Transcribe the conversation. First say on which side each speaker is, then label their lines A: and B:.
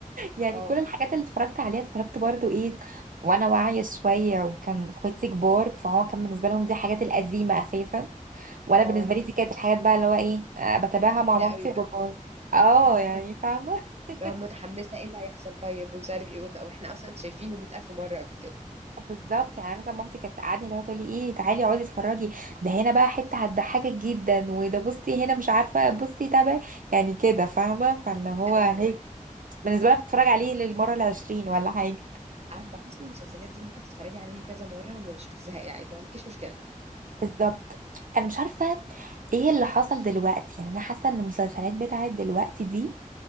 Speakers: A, on the right; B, on the right.
A: يعني
B: اه
A: كل الحاجات اللي اتفرجت عليها اتفرجت برضو ايه وانا واعية شوية وكان اخواتي كبار فهو كان بالنسبة لهم دي الحاجات القديمة اساسا وانا
B: اه
A: بالنسبة لي دي كانت الحاجات بقى اللي هو ايه آه، بتابعها
B: جديدة
A: مع مامتي
B: قوي
A: وباباي
B: بقى
A: اه يعني فاهمة <laughs>
B: لو متحمسة ايه اللي هيحصل طيب ومش عارف ايه وط- واحنا اصلا شايفينه 100000 مرة قبل كده
A: بالظبط يعني مثلا مامتي كانت تقعدني اللي هو تقولي ايه تعالي اقعدي اتفرجي ده هنا بقى حتة هتضحكك جدا وده بصي هنا مش عارفة بصي تابعي يعني كده فاهمة فاللي هو
B: ايوه
A: هيك بالنسبة لها بتتفرج عليه للمرة العشرين ولا حاجة
B: أنا بحس ان المسلسلات دي ممكن تتفرجي عليها كذا مره ومش بتزهقي عادي ما عندكيش مشكله
A: بالظبط انا مش عارفه ايه اللي حصل دلوقتي يعني انا حاسه ان المسلسلات بتاعت دلوقتي دي